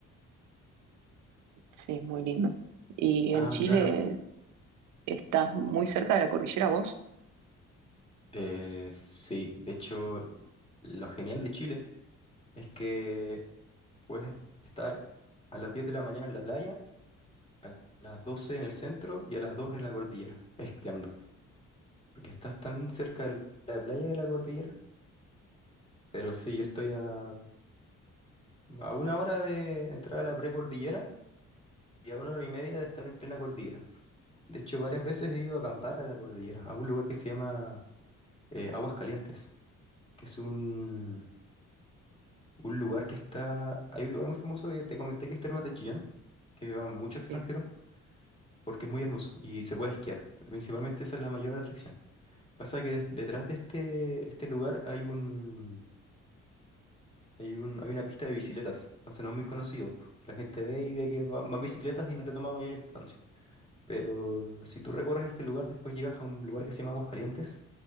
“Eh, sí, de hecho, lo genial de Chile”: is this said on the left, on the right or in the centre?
Left